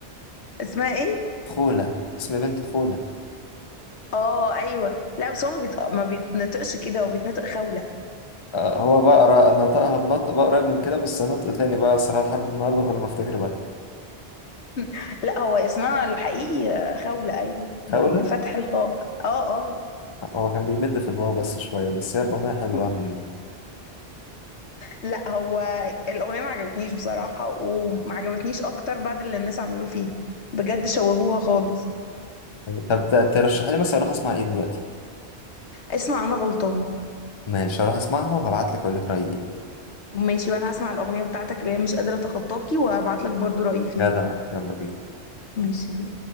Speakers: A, on the left (about 80°); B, on the left (about 30°).
A: اسمها ايه
B: خوله اسم بنت خوله
A: اه ايوه لا بس هو ما, بيت... ما بيتنطقش كده هو بيتنطق خوله
B: آه، هو بقى را- نطقها بنطق بقى قريب من كده بس نطق تاني بقى الصراحه لحد النهارده كل ما افتكر بقى
A: <laughs> لا هو اسمها الحقيقي آه، خوله ايوه ب...
B: خوله
A: بفتح الخاء اه اه
B: هو كان بيمد في الواو بس شويه بس هي الاغنيه حلوه
A: <laughs>
B: أوي.
A: لا هو الاغنيه ما عجبتنيش بصراحه وما عجبتنيش اكتر بعد اللي الناس عملوه فيها بجد شوهوها خالص
B: طب ت- ترشح لي مثلا اروح اسمع ايه دلوقتي
A: اسمع انا غلطان
B: ماشي اروح اسمعها وهبعت لك اقول لك رايي ايه
A: ماشي وانا هسمع الاغنيه بتاعتك اللي هي مش قادره اتخطاكي وهبعت لك برضو رايي فيها
B: جدع يلا بينا
A: ماشي بي